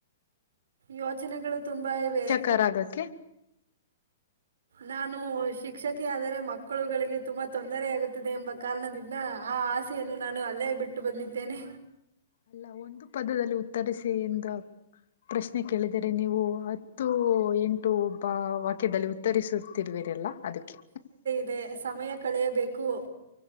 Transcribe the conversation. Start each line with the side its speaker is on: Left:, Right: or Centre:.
Right: ಯೋಚನೆಗಳು ತುಂಬ ಇವೆ
Left: ತರಾಗಕ್ಕೆ
Right: ನಾನು ಶಿಕ್ಷಕಿಯ ಆದರೆ ಮಕ್ಕಳುಗಳಿಗೆ ತುಂಬಾ ತೊಂದರೆಯಾಗುತ್ತದೆ ಎಂಬ ಕಾರಣದಿಂದ ನ್ನ ಆ ಆಸೆಯನ್ನು ನಾನು ಅಲ್ಲೇ ಬಿಟ್ಟು ಬಂದಿದ್ದೇನೆ
Left: ಅಲ್ಲ ಒಂದು ಪದದಲ್ಲಿ ಉತ್ತರಿಸಿ ಎಂದ ಪ್ರಶ್ನೆ ಕೇಳಿದರೆ ನೀವು ಹತ್ತು ಎಂಟು ಪಾ ವಾಕ್ಯದಲ್ಲಿ ಉತ್ತರಿಸ್ ತಿರ್ರುವರೆಲ್ಲ ಅದಕ್ಕೆ
Right: ದೇ ಸಮಯ ಕಳೆಯಬೇಕು